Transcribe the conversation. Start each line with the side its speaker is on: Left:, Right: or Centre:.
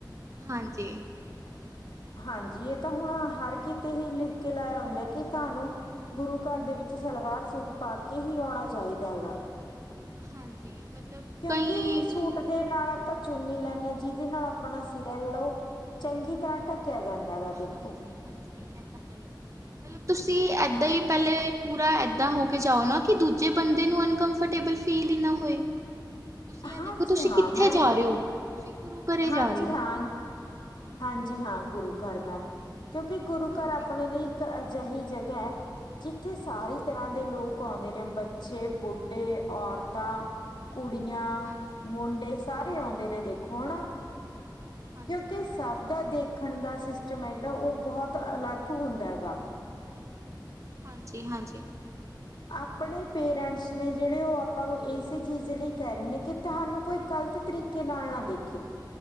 Right: ਹਾਂਜੀ।
Left: ਹਾਂਜੀ, ਇਹ ਤਾਂ ਹੁਣ ਹਰ ਕਿਤੇ ਹੀ ਲਿਖ ਕੇ ਲਾਇਆ ਹੁੰਦਾ, ਕਿ ਤੁਹਾਨੂੰ ਗੁਰੂ ਘਰ ਦੇ ਵਿੱਚ, ਸਲਵਾਰ ਸੂਟ ਪਾ ਕੇ ਹੀ ਆਉਣਾ ਚਾਹੀਦਾ ਹੈਗਾ।
Right: ਹਾਂਜੀ, ਮਤਲਬ
Left: ਕਿਉਂਕਿ
Right: ਕਈ
Left: ਸੂਟ- ੱਸੂਟ ਦੇ ਨਾਲ ਆਪਾਂ ਚੁੰਨੀ ਲੈਂਦੇ ਹਾਂ, ਜਿਹਦੇ ਨਾਲ ਆਪਣਾ ਸਿਰਾ ਜਿਹੜਾ, ਉਹ ਚੰਗੀ ਤਰ੍ਹਾਂ ਢੱਕਿਆ ਜਾਂਦਾ। ਹੈਗਾ ਦੇਖੋ
Right: ਹਾਂਜੀ ਹਾਂਜੀ, ਇਹ ਤਾਂ ਹੈ। ਮਤਲਬ ਤੁਸੀਂ ਇੱਦਾਂ
Left: ਹਾਂ।
Right: ਹੀ ਪਹਿਲੇ ਪੂਰਾ ਏਦਾਂ ਹੋ ਕੇ ਜਾਓ ਨਾ, ਕਿ ਦੂਜੇ ਬੰਦੇ ਨੂੰ ਅਨਕਫਰਟੇਬਲ ਫੀਲ ਹੀ ਨਾ ਹੋਏ। ਤੁਸੀਂ ਇਹ
Left: ਹਾਂਜੀ
Right: ਦੇਖੋ, ਤੁਸੀਂ
Left: ਹਾਂ
Right: ਕਿੱਥੇ
Left: ਮੈਮ
Right: ਜਾ ਰਹੇ ਹੋ, ਤੁਸੀਂ ਗੁਰੂ ਘਰੇ ਜਾ
Left: ਹਾਂਜੀ
Right: ਰਹੇ ਹੋ।
Left: ਹਾਂ ਹਾਂਜੀ ਹਾਂ, ਗੁਰੂ ਘਰ ਮੈਮ, ਕਿਉਂਕਿ ਗੁਰੂ
Right: ਹਾਂਜੀ
Left: ਘਰ ਆਪਣੇ ਲਈ ਇੱਕ ਅਜਿਹੀ ਜਗ੍ਹਾ ਹੈ ਜਿੱਥੇ ਸਾਰੀ ਤਰ੍ਹਾਂ ਦੇ ਲੋਕ ਆਉਂਦੇ ਨੇ-ਬੱਚੇ, ਬੁੱਢੇ, ਔਰਤਾਂ ਕੁੜੀਆਂ,
Right: ਹਾਂਜੀ
Left: ਮੁੰਡੇ, ਸਾਰੇ
Right: ਹਾਂ
Left: ਆਉਂਦੇ ਨੇ ਦੇਖੋ, ਹਨਾ।
Right: ਹਾਂਜੀ
Left: ਕਿਉਂਕਿ, ਸਭ ਦਾ ਦੇਖਣ ਦਾ ਸਿਸਟਮ ਹੈ ਜਿਹੜਾ, ਉਹ ਬਹੁਤ ਅਲੱਗ ਹੁੰਦਾ ਹੈਗਾ।
Right: ਹਾਂਜੀ-ਹਾਂਜੀ।
Left: ਆਪਣੇ ਪੇਰੈਂਟਸ ਨੇ ਜਿਹੜੇ, ਉਹ ਆਪਾਂ ਨੂੰ ਇਸੇ ਚੀਜ਼ ਲਈ ਕਹਿ ਰਹੇ ਨੇ, ਕਿ ਤੁਹਾਨੂੰ ਕੋਈ ਗ਼ਲਤ ਤਰੀਕੇ ਤਰੀਕੇ ਨਾਲ ਨਾ ਦੇਖੇ।